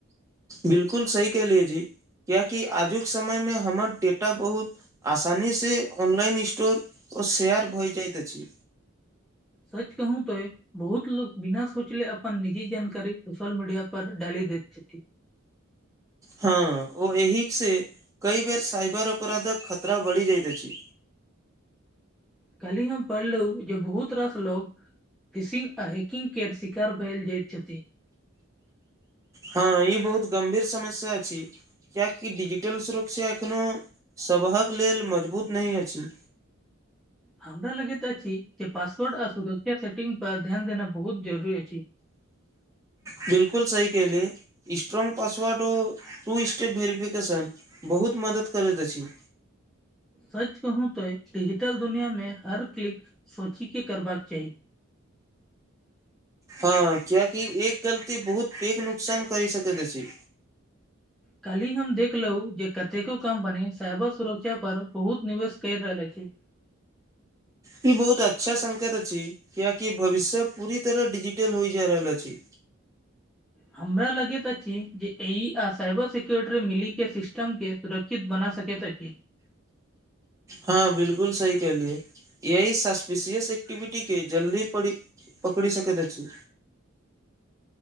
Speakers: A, on the right (about 15°); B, in the centre.
A: बिलकुल सही कलियै जी कियाकि आजुक समय मे हमर डेटा बहुत आसानी से अनलइन स्टोर ओ शेयर भ जाइत अछि।
B: सच कहू तो बहुत लोक बिना सोचले अपन निजी जानकारी सोशल मीडिया पर डाली दैत अछि।
A: हँ ओ एहि से कई बेर सइबर अपराधक खतरा बढ़ि जाइत अछि।
B: कायलही हम पढ़लहुँ जे बहुत रास लोग फिशिंग आ हैकिंग केर शिकार भेल जाइत छथि।
A: हँ ई बहुत गंभीर समस्या अछि। कियाकि डिजिटल सुरक्षा एखनो सबहक लेल मजबूत नहि अछि।
B: हमरा लगैत अछि जे पासवर्ड आ सू सेटंग पर ध्यान देना बहुत जरूरी अछि।
A: बिलकुल सही कहलीयै स्ट्रोंग पासवर्ड ओ टू स्टेप भेरिफिकेशन बहुत मदद करैत अछि।
B: सच कहू त डिजिटल दुनिया में हर क्लिक सोची के करबाक चाही।
A: हँ कियाकि एक गलती बहुत पैघ नुकसान करी सकैत अछि।
B: काल्हि हम देखलहु जे कतेको कंपनी साइबर सुरक्षा पर बहुत निवेश करि रहल अछि।
A: ई बहुत अच्छा संकेत अछि कियाकि भविष्य पूरी तरह डिजिटल होइ जा रहल अछि।
B: हमरा लगैत अछि जे एई आ साइबर सिक्यरिटी मिलीके सिस्टम के सुरक्षित बना सकैत अछि।
A: हँ बिलकुल सही कहलियै यह सस्पिशियस एक्टिविटी के जल्दी पड़ी पकरी सकैत अछि।